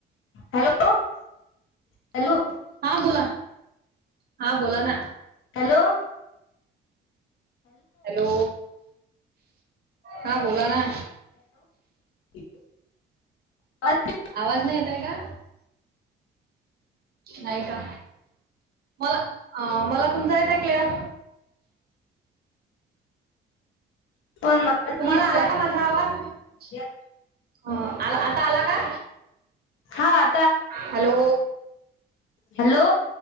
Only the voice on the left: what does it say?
हॅलो Hello.
hello.
ब <unintelligible>
पण मला नाही
येत
आहे
हा आ
हॅलो.